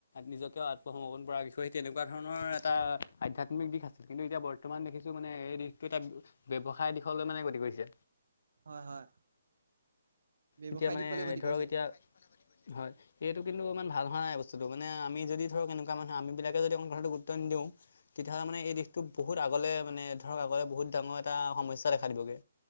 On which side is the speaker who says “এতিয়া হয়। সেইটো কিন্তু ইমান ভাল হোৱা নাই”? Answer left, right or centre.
Left